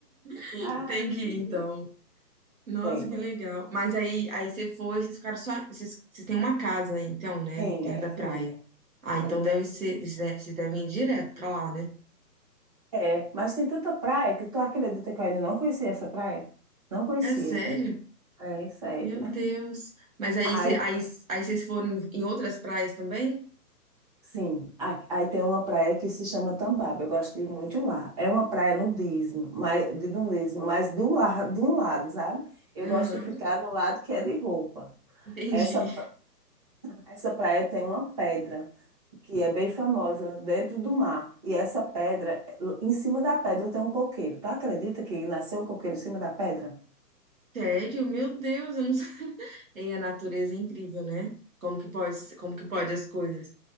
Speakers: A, on the right (about 55°); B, on the right (about 25°).
A: <laughs>
B: Ai,
A: Tem
B: Jesus.
A: que ir, então. Nossa,
B: Tem.
A: que legal. Mas aí, aí você foi, vocês ficaram só. Vocês, vocês têm uma casa, então, né?
B: Sim,
A: Perto É.
B: sim.
A: da praia. Ah,
B: É.
A: então deve ser. Vocês deve- vocês devem ir direto pra lá, né?
B: É, mas tem tanta praia que tu acredita que eu ainda não conhecia essa praia? Não conhecia.
A: É sério?
B: É, sério.
A: Meu Deus. Mas aí,
B: Aí,
A: cê- aí, aí vocês foram em outras praias também?
B: sim, a- aí tem uma praia que se chama Tambaba. Eu gosto de ir muito lá. É uma praia nudismo, mas, de nudismo, mas do lado, de um lado, sabe? Eu
A: Aham,
B: gosto de ficar no lado que é de roupa.
A: entendi.
B: Essa, essa praia tem uma pedra que é bem famosa dentro do mar. E essa pedra, em cima da pedra tem um coqueiro. Tu acredita que nasceu um coqueiro em cima da pedra?
A: Sério? Meu Deus, eu não sei. E a natureza é incrível, né? Como que pode, como que pode as coisas?